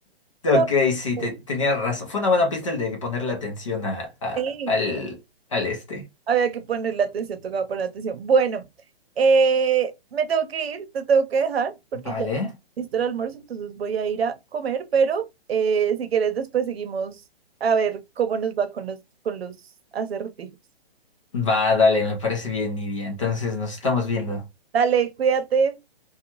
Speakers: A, on the right; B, on the left.
A: Estaba-
B: Ok, sí,
A: fácil.
B: te- tenía razón. Fue una buena pista el de ponerle atención a, a-
A: Sí,
B: al, al este.
A: había que ponerle atención, tocaba poner atención. Bueno, eh, me tengo que ir, te tengo que dejar porque
B: Vale.
A: ya listo el almuerzo, entonces voy a ir a comer, pero eh, si quieres después seguimos a ver cómo nos va con los, con los acertijos.
B: Va, dale, me parece bien, Nidia. Entonces nos estamos viendo.
A: Dale, cuídate.